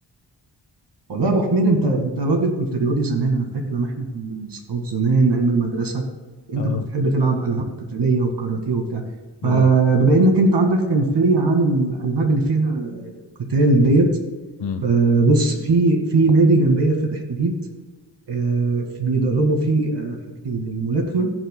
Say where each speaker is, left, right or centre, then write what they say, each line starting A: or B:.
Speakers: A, on the right; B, on the left.
A: والله يا ابو حميد انت انت راجل كنت رياضي زمان انا فاكر لما احنا كنا اصحاب زمان ايام المدرسه انت
B: اه
A: كنت بتحب تلعب العاب قتاليه وكاراتيه وبتاع
B: بالظبط
A: فبما انك انت عندك خلفيه عن الالعاب اللي فيها قتال ديت
B: امم
A: فبص في في نادي جنبيه فاتح جديد آه، في- بيدربوا فيه آه، حاجتين الملاكمه